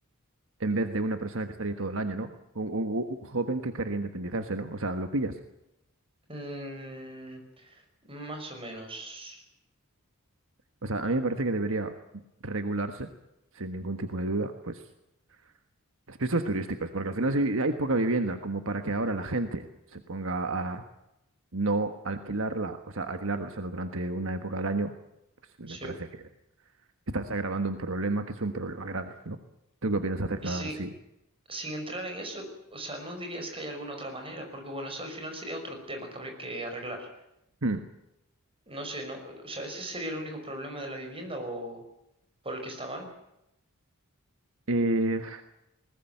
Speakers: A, on the right; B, on the right.
A: en vez de una persona que estaría todo el año, ¿no? Un, un- un joven que querría independizarse, ¿no? O sea, lo pillas.
B: Mm, más o menos.
A: O sea, a mí me parece que debería regularse, sin ningún tipo de duda, pues los pisos turísticos, porque al final si hay poca vivienda, como para que ahora la gente se ponga a no alquilarla, o sea, alquilarla solo durante una época del año, pues me
B: Sí.
A: parece que estás agravando un problema que es un problema grave, ¿no? ¿Tú qué opinas acerca
B: Y si,
A: así?
B: sin entrar en eso, o sea, no dirías que hay alguna otra manera, porque bueno, eso al final sería otro tema que habría que arreglar.
A: Hmm.
B: No sé, no, o sea, ese sería el único problema de la vivienda o por el que está mal.
A: Eh,